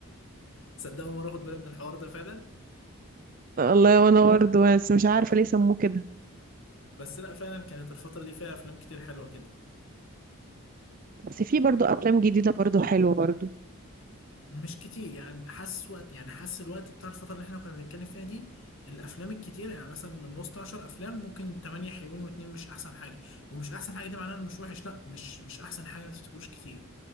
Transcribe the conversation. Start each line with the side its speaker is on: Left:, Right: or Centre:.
Left: <laughs> صدق اول مرة اخد بالي من الحوار ده فعلا
Right: والله وانا برضه بس مش عارفة ليه سموه كده
Left: بس لا فعلا كانت الفترة دي فيها افلام كتير حلوة كده
Right: بس في برضه افلام جديدة برضه حلوة برضه
Left: مش كتير يعني حاسس وقت يعني حاسس الوقت بتاع الفترة اللي احنا كنا بنتكلم فيها دي الأفلام الكتير يعني مثلا من وسط 10 أفلام ممكن 8 حلوين واتنين مش أحسن حاجة ومش أحسن حاجة دي معناها إنه مش وحش لا مش مش أحسن حاجة ما تفتكروش كتير